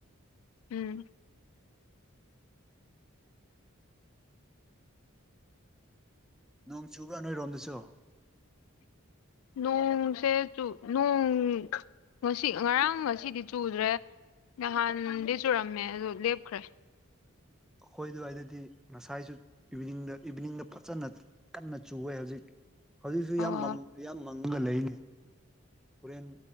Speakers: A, on the left; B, in the centre.
A: ꯎꯝ
B: ꯅꯣꯡ ꯆꯨꯕ꯭ꯔꯥ ꯅꯣꯏꯔꯣꯝꯗꯁꯨ
A: ꯅꯣꯡꯁꯦꯆꯨ ꯅꯣꯡ ꯉꯁꯤ ꯉꯔꯥꯡ ꯉꯁꯤꯗꯤ ꯆꯨꯗ꯭ꯔꯦ ꯅꯍꯥꯟꯗꯤ ꯆꯨꯔꯝꯃꯦ ꯑꯗꯨ ꯂꯦꯞꯈ꯭ꯔꯦ
B: ꯑꯩꯈꯣꯏ ꯑꯗꯨꯋꯥꯏꯗꯗꯤ ꯉꯁꯥꯏꯁꯨ ꯏꯚꯤꯅꯤꯡꯗ ꯏꯚꯤꯅꯤꯡꯗ ꯐꯖꯅ ꯀꯟꯅ ꯆꯨꯋꯦ ꯍꯧꯖꯤꯛ ꯍꯧꯖꯤꯛꯁꯨ
A: ꯑꯣ
B: ꯌꯥꯝ ꯃꯝ ꯌꯥꯝ ꯃꯪꯉꯒ ꯂꯩꯅꯤ ꯍꯣꯔꯦꯟ